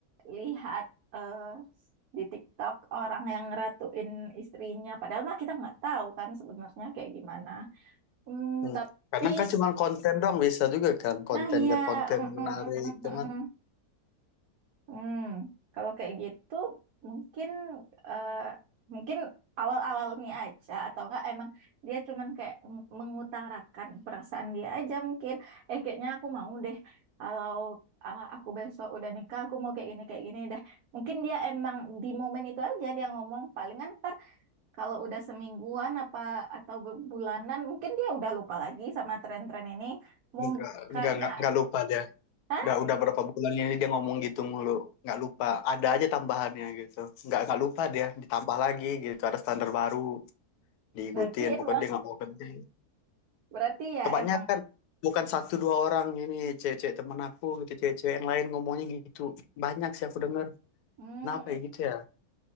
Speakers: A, on the right; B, on the left.
A: lihat eh, di TikTok orang yang ngeratuin istrinya. Padahal mah kita nggak tahu kan sebenarnya kayak gimana. Hmm,
B: Hmm.
A: tapi,
B: Kadang kan cuma konten doang bisa juga kan konten
A: nah iya,
B: biar konten
A: mm, mm,
B: menarik
A: mm, mm, mm.
B: cuma
A: mm. Hmm, kalau kayak gitu mungkin eh, mungkin awal-awal nih aja atau enggak emang dia cuman kayak meng- mengutarakan perasaan dia aja mungkin eh kayaknya aku mau deh kalau ah, aku besok udah nikah aku mau kayak gini kayak gini deh mungkin dia emang di momen itu aja dia ngomong palingan ntar kalau udah semingguan apa atau bulanan mungkin dia udah lupa lagi sama tren-tren ini Mom-
B: nggak
A: karena
B: nggak nggak nggak lupa dia
A: ah
B: udah udah berapa bulan ini dia ngomong gitu mulu nggak lupa ada aja tambahannya gitu nggak nggak lupa dia ditambah lagi gitu ada standar baru diikutin
A: berarti
B: pokoknya
A: emang
B: dia nggak mau berhenti
A: berarti ya
B: kebanyakan
A: emang
B: bukan satu dua orang ini cewek-cewek temen aku gitu cewek-cewek yang lain ngomongnya gitu banyak sih aku denger
A: Hmm,
B: kenapa ya gitu ya